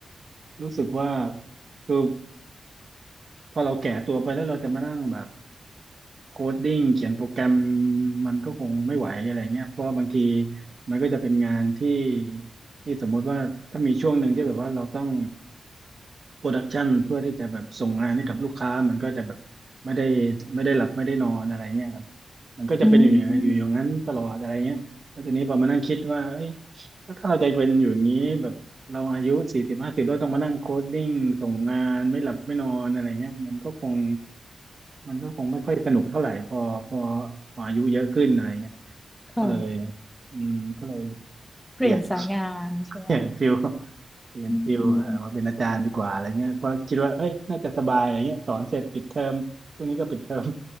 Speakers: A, on the right; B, in the centre.
A: รู้สึกว่าคือพอเราแก่ตัวไปแล้วเราจะมานั่งแบบโคดดิ้งเขียนโปรแกรมมันก็คงไม่ไหวอะไรเงี้ยเพราะว่าบางทีมันก็จะเป็นงานที่ที่สมมุติว่าถ้ามีช่วงหนึ่งที่แบบว่าเราต้อง โปรดักชันเพื่อที่จะแบบส่งงานให้กับลูกค้ามันก็จะแบบไม่ได้ไม่ได้หลับไม่ได้นอนอะไรเงี้ยครับมันก็จะเป็นอยู่อย่างนั้นอยู่อย่างนั้นตลอดอะไรเงี้ยแล้วทีนี้พอมานั่งคิดว่าเอ้ย
B: อืม
A: แล้วถ้าเราจะเป็นอยู่อย่างนี้แบบเราอายุสี่สิบห้าสิบแล้วต้องมานั่งโคดดิ้งส่งงานไม่หลับไม่นอนอะไรเงี้ยมันก็คงมันก็คงไม่ค่อยสนุกเท่าไหร่พอพอพออายุเยอะขึ้นอะไรเงี้ย
B: ค่ะ
A: ก็เลยอืมก็เลย
B: เปลี่ยนสายงานใช่ไหมคะ
A: เปลี่ยน เปลี่ยนฟิลเปลี่ยนฟิลเออมาเป็นอาจารย์ดีกว่าอะไรเงี้ยเพราะคิดว่าเอ้ยน่าจะสบายอะไรเงี้ยสอนเสร็จปิดเทอมช่วงนี้ก็ปิดเทอม
B: อืม